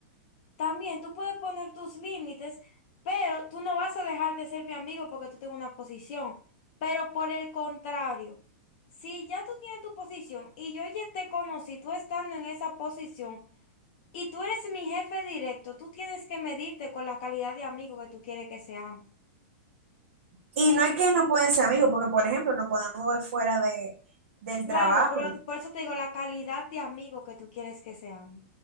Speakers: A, on the left; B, on the right.
A: También tú puedes poner tus límites, pero tú no vas a dejar de ser mi amigo porque tú tengas una posición. Pero por el contrario, si ya tú tienes tu posición y yo ya te conocí, tú estando en esa posición y tú eres mi jefe directo, tú tienes que medirte con la calidad de amigo que tú quieres que seamos.
B: Y no es que no pueden ser amigos, porque por ejemplo no podemos ver fuera de, del
A: Claro,
B: trabajo.
A: pero por eso te digo la calidad de amigo que tú quieres que seamos.